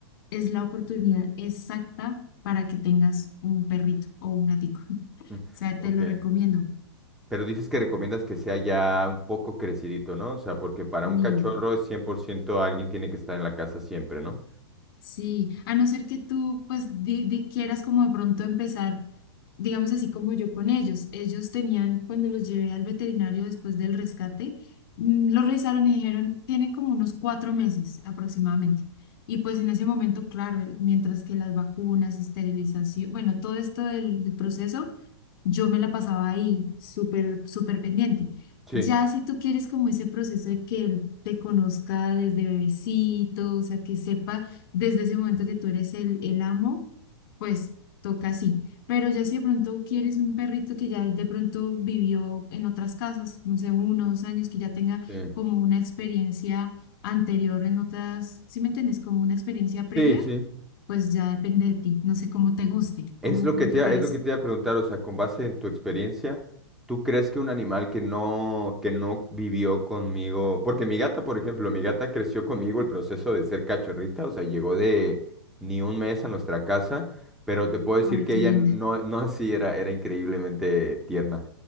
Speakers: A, on the left; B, in the centre.
A: es la oportunidad exacta para que tengas un perrito o un gatico. <laughs>
B: mm,
A: O sea,
B: ok.
A: te lo recomiendo.
B: Pero dices que recomiendas que sea ya un poco crecidito, ¿no? O sea, porque para
A: Y
B: un cachorro es 100% alguien tiene que estar en la casa siempre, ¿no?
A: sí, a no ser que tú pues di- di- quieras como de pronto empezar digamos así como yo con ellos. Ellos tenían, cuando los llevé al veterinario después del rescate, mm, los revisaron y dijeron, tienen como unos cuatro meses aproximadamente. Y pues en ese momento, claro, mientras que las vacunas, esterilización, bueno, todo esto del, del proceso, yo me la pasaba ahí, súper, súper pendiente.
B: Sí,
A: Ya si tú quieres como ese proceso de que él te conozca desde bebecito, o sea, que sepa desde ese momento que tú eres el, el amo pues toca así. Pero ya si de pronto quieres un perrito que ya de pronto vivió en otras casas, no sé, uno, o dos años, que ya tenga
B: sí.
A: como una experiencia anterior en otras, ¿sí me entiendes? Como una experiencia previa,
B: Sí, sí.
A: pues ya depende de ti. No sé cómo te guste, cómo,
B: Es lo
A: cómo
B: que te,
A: te
B: iba-
A: parece.
B: es lo que te iba a preguntar, o sea, con base en tu experiencia, ¿tú crees que un animal que no, que no vivió conmigo, porque mi gata, por ejemplo, mi gata creció conmigo el proceso de ser cachorrita, o sea, llegó de ni un mes a nuestra casa, pero te puedo decir
A: Ay,
B: que
A: qué
B: ella
A: linda.
B: no, no <laughs> así era, era increíblemente tierna